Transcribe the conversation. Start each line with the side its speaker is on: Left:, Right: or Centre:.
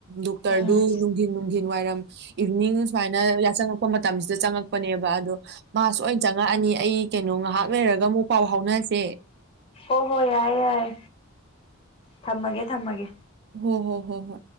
Right: ꯗꯣꯛꯇꯔꯗꯨ
Left: ꯎꯝ
Right: ꯅꯨꯡꯗꯤꯟ ꯅꯨꯡꯗꯤꯟ ꯋꯥꯏꯔꯝ ꯏꯚꯤꯅꯤꯡ ꯁꯨꯃꯥꯏꯅ ꯌꯥꯆꯪꯉꯛꯄ ꯃꯇꯝꯁꯤꯗ ꯆꯪꯉꯛꯄꯅꯦꯕ ꯑꯗꯣ ꯃꯥ ꯁꯣꯏꯅ ꯆꯪꯉꯛꯑꯅꯤ ꯑꯩ ꯀꯩꯅꯣ ꯉꯍꯥꯛ ꯂꯩꯔꯒ ꯑꯃꯨꯛ ꯄꯥꯎ ꯐꯥꯎꯅꯁꯦ꯫
Left: ꯍꯣ ꯍꯣꯏ ꯌꯥꯌꯦ ꯌꯥꯌꯦ ꯊꯝꯃꯒꯦ ꯊꯝꯃꯒꯦ꯫
Right: ꯍꯣ ꯍꯣ ꯍꯣ ꯍꯣ